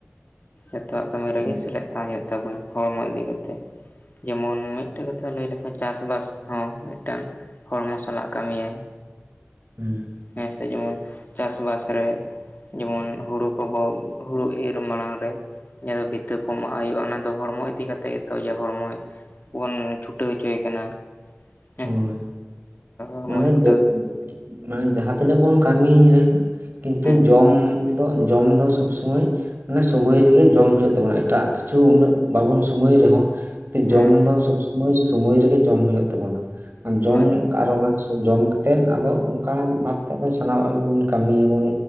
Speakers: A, on the left; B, on the right.
A: ᱡᱚᱛᱚᱣᱟᱜ ᱠᱟᱹᱢᱤ
B: ᱦᱩᱸ
A: ᱨᱮᱜᱮ ᱥᱮᱞᱮᱫ ᱛᱟᱦᱮᱸ ᱦᱩᱭᱩᱜ ᱛᱟᱵᱚᱱᱟ ᱦᱚᱲᱢᱚ ᱤᱫᱤ ᱠᱟᱛᱮᱫ᱾ ᱡᱮᱢᱚᱱ ᱢᱤᱫᱴᱮᱱ ᱠᱟᱛᱷᱟ ᱞᱟᱹᱭ ᱞᱮᱠᱷᱟᱱ ᱪᱟᱥ ᱵᱟᱥ ᱦᱚᱸ ᱢᱤᱫᱴᱟᱝ ᱦᱚᱲᱢᱚ ᱥᱟᱞᱟᱜ ᱠᱟᱹᱢᱤᱭᱟᱭ᱾
B: ᱦᱩ,
A: ᱦᱮᱸᱥᱮ ᱡᱮᱢᱚᱱ ᱪᱟᱥᱵᱟᱥ ᱨᱮ ᱡᱮᱢᱚᱱ ᱦᱳᱲᱳ ᱠᱚᱵᱚᱱ ᱦᱳᱲᱳ ᱤᱨ ᱢᱟᱲᱟᱝ ᱨᱮ ᱡᱟᱦᱟᱸ ᱵᱷᱤᱛᱟᱹ ᱠᱚ ᱢᱟᱜ ᱦᱳᱭᱳᱜᱼᱟ ᱚᱱᱟ ᱫᱚ ᱦᱚᱲᱢᱚ ᱤᱫᱤ ᱠᱟᱛᱮᱜ ᱜᱮᱛᱚ ᱡᱮ ᱦᱚᱲᱢᱚᱭ ᱵᱚᱱ ᱪᱷᱩᱴᱟᱹᱣ ᱦᱚᱪᱚᱭᱮ ᱠᱟᱱᱟ᱾ ᱦᱮᱸᱥᱮ
B: ᱦᱳᱭ,
A: ᱦᱚᱲᱢᱚ
B: ᱢᱟᱱᱮ
A: ᱪᱷᱩᱴᱟᱹᱣ
B: ᱡᱚᱛᱚ ᱢᱟᱱᱮ ᱡᱟᱦᱟᱸ ᱛᱤᱱᱟᱹᱜ ᱵᱚᱱ ᱠᱟᱹᱢᱤᱭ ᱨᱮᱦᱚᱸ ᱠᱤᱱᱛᱩ
A: ᱦᱩᱸ
B: ᱡᱚᱢ
A: ᱦᱩᱸ
B: ᱫᱚ ᱡᱚᱢ ᱫᱚ ᱥᱚᱵ ᱥᱚᱢᱟᱹᱭ ᱢᱟᱱᱮ ᱥᱚᱢᱚᱭ ᱨᱮᱜᱮ ᱡᱚᱢ ᱦᱳᱭᱳᱜ ᱛᱟᱵᱚᱱᱟ ᱮᱴᱟᱜ ᱠᱤᱪᱷᱩ ᱩᱱᱟᱹᱜ ᱵᱟᱵᱚᱱ ᱥᱚᱢᱚᱭ ᱨᱮᱦᱚᱸ
A: ᱦᱮᱸ
B: ᱡᱚᱢ
A: ᱦᱮᱸ
B: ᱫᱚ ᱥᱚᱵ ᱥᱚᱢᱚᱭ ᱥᱚᱢᱚᱭ ᱨᱮᱜᱮ ᱡᱚᱢ ᱦᱳᱭᱳᱜ ᱛᱟᱵᱚᱱᱟ ᱟᱨ ᱡᱚᱢ
A: ᱦᱳᱭ ᱦᱳᱭ
B: ᱟᱨ ᱚᱱᱟ ᱡᱚᱢ ᱠᱟᱛᱮᱫ ᱟᱵᱚ ᱚᱱᱠᱟ ᱵᱟᱫ ᱠᱟᱛᱮ ᱟᱵ ᱥᱟᱱᱟᱢᱟᱜ ᱜᱮᱵᱚᱱ ᱠᱟᱹᱢᱤ ᱭᱟᱵᱚᱱ᱾